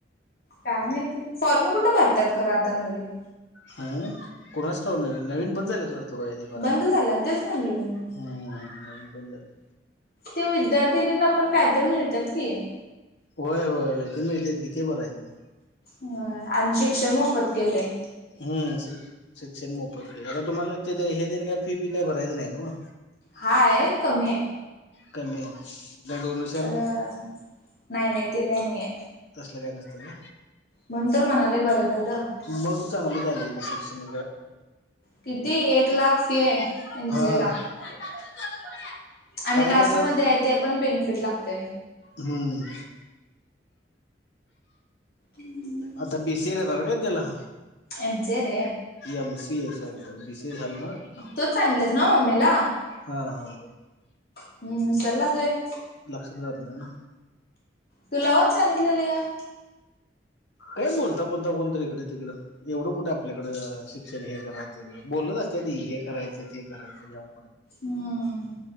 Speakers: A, on the left; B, on the left.
A: काय माहिती. फॉर्म कुठं भरत्यात खरं आता नवीन.
B: हां कुणाच ठाऊक नाय नवीन बंद झालं वाटतो ते बरायच.
A: बंद झाला तेच म्हणलो मी
B: हम्म हम्म नवीन बंद झाले.
A: ते विद्यार्थिनींना पण काय तर मिळतात की.
B: होय होय ते मिळतात की, ते बघायचं मग.
A: होय आणि शिक्षण मोफत केलंय.
B: हम्म शिक्षण मोफत ते आता तुम्हाला ते द्यायचे तेन काय फी बी काही भरायचं नाही ना हो.
A: हाय कमी हाय.
B: कमी आहे. डोनेशन
A: त्याला, नाही नाही ते काय नाहीये.
B: तसलं काय नसतं ना.
A: मनंतर म्हणाले बरं झालं.
B: मग बी चांगलं झालंय रिसेप्शन.
A: किती
B: <unintelligible>
A: एक लाख फी आहे एमसीए
B: हा. <inaudible>
A: आम्ही कास्टमध्ये
B: करणार
A: हाय तेपण बेनिफिट लागतय.
B: हम्म.
A: हम्म.
B: आता बीसी घेणार व्हय त्याला?
A: एमचे रे.
B: एमसी आहे सॉरी सॉरी बीसी झाल नव्ह?
A: तूच सांगितलेस ना मम्मीला
B: हा हा.
A: हम्म, विसरलास व्हय.
B: लक्षात राहत नाही ना.
A: तूला कोण सांगितलेलं हे?
B: काय बोलता बोलता कोणतर इकडं तिकडं. एवढं कुठं आपल्याकडं शिक्षण हे करा ते बोलत असत्याती हे करायचं, ते करायचं. ह्यांव
A: हम्म,